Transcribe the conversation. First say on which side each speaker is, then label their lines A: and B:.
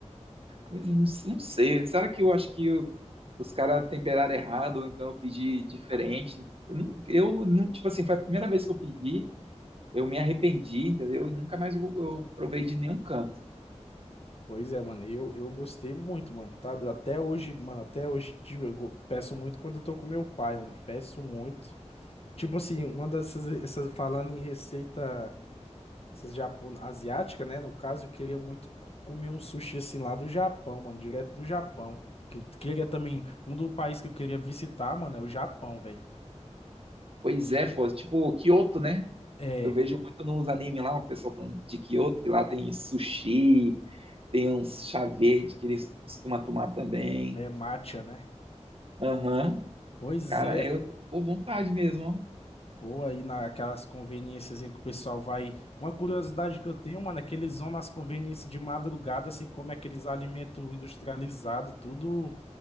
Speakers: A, on the right; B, on the left.
A: mas eu não, não sei. Será que eu acho que eu- os caras temperaram errado, ou então eu pedi diferente? Eu não, eu não- tipo assim, foi a primeira vez que eu pedi, eu me arrependi, entendeu? E nunca mais eu, eu provei de nenhum canto.
B: Pois é, mano, eu, eu gostei muito, mano, tá? Até hoje, mano, até hoje em dia, eu go- peço muito quando eu tô com meu pai, mano. Peço muito. Tipo assim, uma dessas, essas, falando em receita, essas japon... asiática, né? No caso, eu queria muito co- comer um sushi assim lá do Japão, mano, direto do Japão. Que- Queria também, um do país que eu queria visitar, mano, é o Japão, velho.
A: Pois é, pô, tipo Kyoto, né?
B: É,
A: Eu vejo muito nos animes lá, o pessoal falando de Kyoto, que lá tem sushi, tem uns chá verde que eles costumam tomar também.
B: é matcha, né?
A: Aham,
B: Pois
A: Cara,
B: é,
A: eu, pô, vontade mesmo, ó.
B: Pô, aí naquelas conveniências em que o pessoal vai. Uma curiosidade que eu tenho, mano, é que eles vão nas conveniências de madrugada, assim, come aqueles alimentos industrializados, tudo